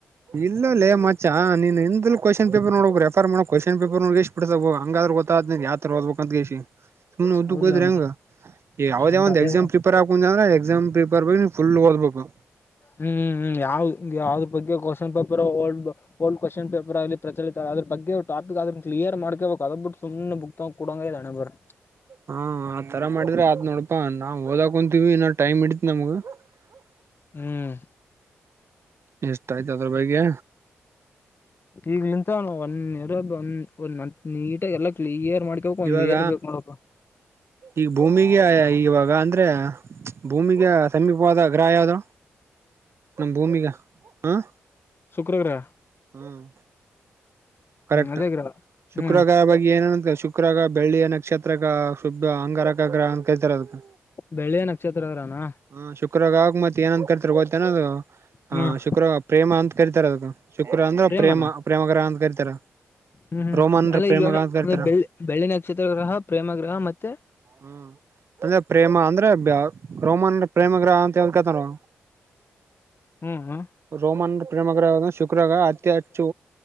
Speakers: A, on the right (about 55°); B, on the left (about 45°).
A: ಇಲ್ಲ ಲೇ ಮಚಾ ನೀನ್ <unintelligible> ಕ್ವಶನ್ ಪೇಪರ್ ನೋಡ್ಬೇಕು ರೆಫರ್ ಮಾ ಡ್ಬೇಕು ಮಾಡ ಕ್ವಷನ್ ಪೇಪರ್ ಎಷ್ಟ ಬಿಡ್ತ ಹಂಗಾದ್ರ ಗೊ ಯಾವತರ ಓದಬೇಕ ಅಂತ ಎಷ್ಟಿ ಸುಮ್ ಉದ್ದ
B: ಹೌದ್ಲ
A: ಹೋದ್ರ ಹಂಗ ಯಾವ್ದ
B: ಶಂಟ
A: ಯಾವಂದ್
B: ಅದೇ
A: ಎಕ್ಸಾಮ್ ಪ್ರಿಪೇರ್ ಹಾಕೊಂಡ ಅಂದ್ರ ಎಕ್ಸಾಮ್ <unintelligible> ಫುಲ್ ಒದ್ಬೇಕು
B: ಹ್ಮ್ ಹ್ಮ್ ಯಾವ್ ಯಾವ್ದ್ ಬಗ್ಗೆ question paper old old question paper ಆಗ್ಲಿ ಪ್ರಚಲಿತ ಅದ್ರ ಬಗ್ಗೆ ಟಾಪಿಕ್ ಅದ್ರ ಕ್ಲಿಯರ್ ಮಾಡಕ ಅವಾಗ ಅದಬ ಬಿಟ್ಟ ಸು್ ಬುಕ್ ತ್ ಕೊಡಂಗ ಇ ನಣೆಬ್ರು
A: ಹಾ ಆತರ ಮಾಡಿದ್ರೆ ಆತ್ ನೋಡಪಾ ನಾ್ ಓದಕೊಂತೀವಿ ಇನ್ನ್ ಟೈಮ್ ಇಡತ್ ನಮ್ಗ ಹ್ಮ <unintelligible>
B: ಹ್ಮ್
A: ಎಷ್ಟ ಆಯ್ತ ಅದ್ರ ಬಗೆ
B: ಈಗ್ಂತ ಒಂದ ನೀಟಾಗಿ ಎಲ್ಲ ಕ್ಲಿಯರ್ ಮಾಡ್ಕೋಬೇಕು ಒಂದ್
A: ಇವಾಗ
B: ಇಯರ್ ಬೇಕ್ ನೋಡಪ್ಪ
A: ಈಗ ಭೂಮಿಗೆ ಈವಾಗ ಈ ಅಂದ್ರೆ ಭೂಮಿಗೆ ಸಮೀಪವಾದ ಗ್ರಹ ಯಾವದೋ ನಮ್ ಭೂಮಿಗ ಹ್ಮ್.
B: ಶುಕ್ರವಾರ.
A: ಹ್ಮ್. ಕರೆಕ್ಟ್
B: ಹ್ಮ್ ಅದೇ ಗ್ರಹ
A: ಶುಕ್ರವಾರ
B: ಹ್ಮ್
A: ಬಗ್ಗೆ ಏನನ ಶುಕ್ರಗಾರ ಬೆಳ್ಳಿ ನ ಕ್ಷೇತ್ರ ಶುಭ ಅಂಗಾರಗ್ರಹ ಅಂತ ಕರಿಕರ್ತಾರಾ ಅದಕ್ಕ.
B: ಬೆಳ್ಳಿಯ ನಕ್ಷತ್ರ ಗ್ರಹನಾ
A: ಹಾ ಶುಕ್ರಗಾವಕ ಮ ಯಏನಂದ ಗೇನ ಅದು
B: ಹ್ಮ್
A: ಶುಕ್ರ ಪ್ರೇಮ ಅಂತ ಕರಿತಾರೆ ಅದು. ಶುಕ್ರ ಅಂದ್ರ
B: ಪ್ರೇಮನಾ
A: ಪ್ರೇಮ ಪ್ರೇಮಗ್ರಹ ಅಂತ ಕರಿತಾರ.
B: ಹ್ಮ್ ಹ್ಮ್
A: ರೋಮನ್ರ
B: ಅಂದ್ರೆಂದ್ರೆ
A: ಪ್ರೇಮಗ್ರಹ ಅಂತ ಕರಿತಾರ
B: ಬೆಳ್ಳಿ ಬೆಳ್ಳಿ ನಕ್ಷತ್ರ ಗ್ರಹ ಪ್ರೇಮ ಗ್ರಹ ಮತ್ತೆ,
A: ಹ್ಮ ತಂದೆ ಪ್ರೇಮ ಅಂದ್ರೆ ರೋಮನ್ ಪ್ರೇಮ ಗ್ರಹ ಅಂತ ಹೇಳ್ದ ಕತರು
B: ಹ್ಮ್ ಹ್ಮ್
A: ರೋಮನ್ ಪ್ರೇಮಗ್ರಹದ ಶುಕ್ರಾಗ ಅತಿ ಹೆಚ್ಚು,